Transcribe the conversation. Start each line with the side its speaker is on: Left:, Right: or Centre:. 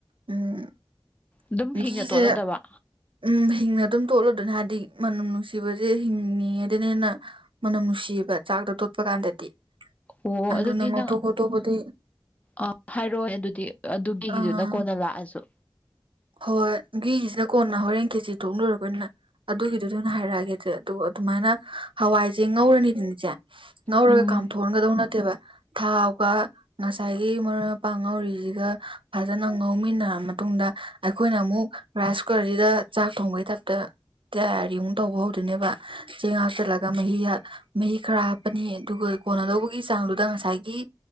Right: ꯎꯝ
Left: ꯑꯗꯨꯝ ꯍꯤꯡꯅ
Right: ꯘꯤꯁꯦ
Left: ꯇꯣꯠꯂꯗꯕ
Right: ꯎꯝ ꯍꯤꯡꯅ ꯑꯗꯨꯝ ꯇꯣꯠꯂꯨꯗꯣꯏꯅꯦ ꯍꯥꯏꯗꯤ ꯃꯅꯝ ꯅꯨꯡꯁꯤꯕꯁꯦ ꯍꯤꯡꯉꯉꯗꯅ ꯍꯦꯟꯅ ꯃꯅꯝ ꯅꯨꯡꯁꯤꯕ ꯆꯥꯛꯇ ꯇꯣꯠꯄ ꯀꯥꯟꯗꯗꯤ
Left: ꯑꯣ
Right: ꯑꯗꯨꯅ
Left: ꯑꯗꯨꯗꯤ
Right: ꯉꯧꯊꯣꯛ
Left: ꯅꯪ
Right: ꯈꯣꯠꯇꯣꯛꯄꯗꯤ
Left: ꯑ ꯍꯥꯏꯔꯛꯑꯣ ꯑꯗꯨꯗꯤ ꯑꯗꯨꯒꯤꯒꯤꯗꯨꯅ
Right: ꯑꯥ
Left: ꯀꯣꯟꯅ ꯂꯥꯛꯑꯁꯨ
Right: ꯍꯣꯏ ꯒꯤꯁ ꯁꯤꯗ ꯀꯣꯟꯅ ꯍꯣꯔꯦꯟ ꯀꯦꯖꯤ ꯊꯣꯛꯂꯔꯕꯅꯤꯅ ꯑꯗꯨꯒꯤꯗꯨꯗ ꯑꯣꯏꯅ ꯍꯥꯏꯔꯛꯑꯒꯦꯁ ꯑꯗꯨ ꯑꯗꯨꯃꯥꯏꯅ ꯍꯋꯥꯏꯁꯦ ꯁꯤꯦ ꯉꯧꯔꯅꯤꯗꯅꯤꯆꯦ ꯉꯧꯔꯒ
Left: ꯎꯝ
Right: ꯀꯥꯝ ꯊꯣꯛꯍꯟꯒꯗꯧ ꯅꯠꯇꯦꯕ ꯊꯥꯎꯒ ꯉꯁꯥꯏꯒꯤ ꯃꯔꯣꯏ ꯃꯄꯥꯡ ꯉꯧꯔꯤꯁꯤꯒ ꯐꯖꯅ ꯉꯧꯃꯤꯟꯅꯔ ꯃꯇꯨꯡꯗ ꯑꯩꯈꯣꯏꯅ ꯑꯃꯨꯛ ꯔꯥꯏꯁ ꯀꯨꯀꯔꯁꯤꯗ ꯆꯥꯛ ꯊꯣꯡꯕꯒꯤ ꯇꯥꯏꯞꯇ ꯇꯌꯥꯔꯤꯃꯨꯛ ꯇꯧꯕ ꯍꯧꯗꯣꯏꯅꯦꯕ ꯆꯦꯡ ꯍꯥꯞꯆꯜꯂꯒ ꯃꯍꯤ ꯃꯍꯤ ꯈꯔ ꯍꯥꯞꯄꯅꯤ ꯑꯗꯨꯒ ꯀꯣꯟꯅꯗꯧꯕꯒꯤ ꯆꯥꯡꯗꯨꯗ ꯉꯁꯥꯏꯒꯤ